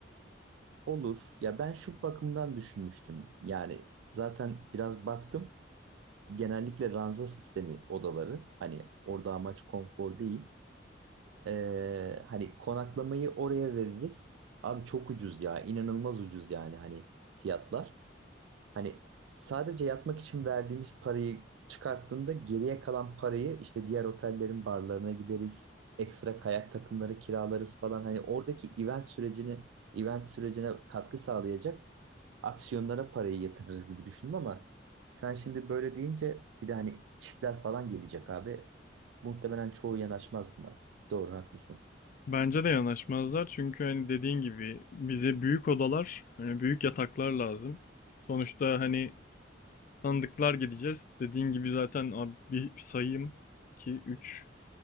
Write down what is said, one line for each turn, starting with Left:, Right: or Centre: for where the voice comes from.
Right: Olur. Ya ben şu bakımdan düşünmüştüm. Yani zaten biraz baktım. Genellikle ranza sistemi odaları. Hani orada amaç konfor değil. Ee, hani konaklamayı oraya veririz. Abi çok ucuz ya. İnanılmaz ucuz yani hani fiyatlar. Hani sadece yatmak için verdiğimiz parayı çıkarttığında geriye kalan parayı işte diğer otellerin barlarına gideriz. Ekstra kayak takımları kiralarız falan. Hani oradaki event sürecini event sürecine katkı sağlayacak aksiyonlara parayı yatırırız gibi düşündüm ama sen şimdi böyle deyince bir de hani çiftler falan gelecek abi. Muhtemelen çoğu yanaşmaz buna. Doğru haklısın.
Left: Bence de yanaşmazlar çünkü hani dediğin gibi bize büyük odalar, hani büyük yataklar lazım. Sonuçta hani tanıdıklar gideceğiz. Dediğin gibi zaten abi bir sayayım 2 3